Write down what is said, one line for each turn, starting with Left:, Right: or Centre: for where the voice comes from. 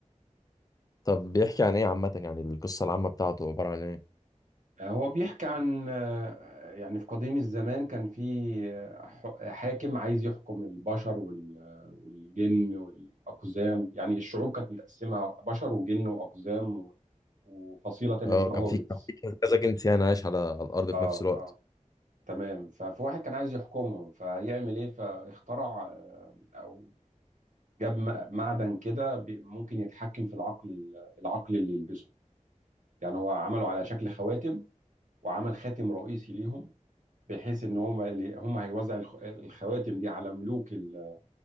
Left: طب بيحكي عن ايه عامه يعني القصه العامه بتاعته عباره عن ايه
Right: آه، هو بيحكي عن آه، يعني في قديم الزمان كان في آه، ح- حاكم عايز يحكم البشر وال- آه، والجن والأقزام يعني الشعوب كانت متقسمة بشر وجن وأقزام و- وفصيلة تانية
Left: اه
Right: اسمها
Left: كان
Right: هوبيتس
Left: في كان في كذا جنس يعني عايش على على الارض
Right: اه
Left: في نفس الوقت
Right: اه تمام ففي واحد كان عايز يحكمهم فيعمل ايه فاخترع آه، او جاب م- معدن كده بي- ممكن يتحكم في العقل ال- العقل اللي يلبسه يعني هو عمله على شكل خواتم وعمل خاتم رئيسي ليهم بحيث ان هم اللي هم هيوزع الخ- الخواتم دي على ملوك ال-